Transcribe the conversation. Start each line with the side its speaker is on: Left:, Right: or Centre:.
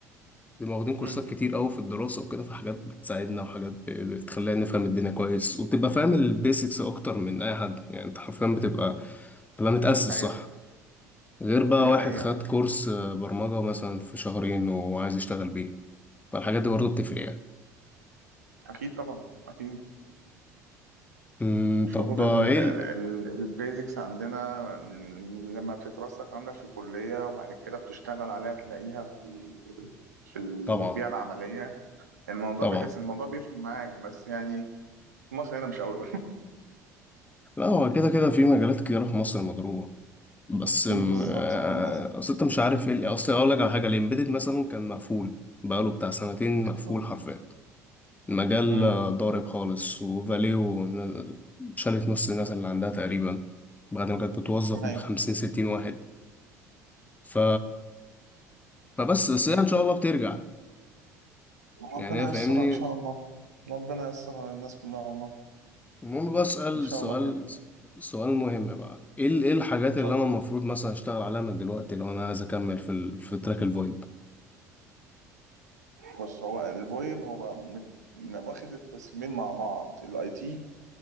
Left: بيبقى واخدين كورسات
Right: مم.
Left: كتير قوي في الدراسة وكده في حاجات بتساعدنا وحاجات ب- بتخلينا نفهم الدنيا كويس وبتبقى فاهم البيسكس أكتر من أي حد يعني أنت حرفيا بتبقى بتبقى متأسس
Right: دي حقيقة
Left: صح غير بقى
Right: دي
Left: واحد
Right: حقيقة
Left: خد كورس آه، برمجة مثلا في شهرين وعايز يشتغل بيه فالحاجات دي برضه بتفرق يعني
Right: أكيد طبعا أكيد
Left: أمم،
Right: شغل
Left: طب آه،
Right: ال-
Left: إيه
Right: ال-
Left: ال-
Right: ال- البيزكس عندنا لما بتترسخ عندك في الكلية وبعد كده بتشتغل عليها تلاقيها في ال- في البيئة
Left: طبعا
Right: العملية الموضوع
Left: طبعا
Right: بتحس إن الموضوع بيفرق معاك بس يعني في مصر هنا مش قوي
Left: لا هو كده كده في مجالات كتيرة في مصر مضروبة بس
Right: <laughs>
Left: أم،
Right: أمم، بالظبط
Left: آه،
Right: للأسف
Left: أصل أنت مش عارف إيه اللي- أصل أقول لك على حاجة الإمبيدد مثلا كان مقفول بقاله بتاع سنتين مقفول
Right: امم
Left: حرفيا مجال
Right: أمم.
Left: ضارب خالص وفاليو ن- شالت نص الناس اللي عندها تقريبا بعد ما كانت بتوظف
Right: أيوة
Left: بالخمسين ستين واحد ف... فبس بس هي إن شاء الله بترجع
Right: ربنا
Left: يعني هي فاهمني
Right: ييسرها إن شاء الله ربنا ييسرها للناس كلها والله
Left: المهم بسأل
Right: إن شاء
Left: سؤال
Right: الله كده
Left: سؤال مهم بقى ايه ال- ايه الحاجات
Right: اتفضل
Left: اللي انا المفروض مثلا اشتغل عليها من دلوقتي لو انا عايز اكمل في ال... في تراك الفويب
Right: بص هو الفويب هو مت- واخد القسمين مع بعض الاي تي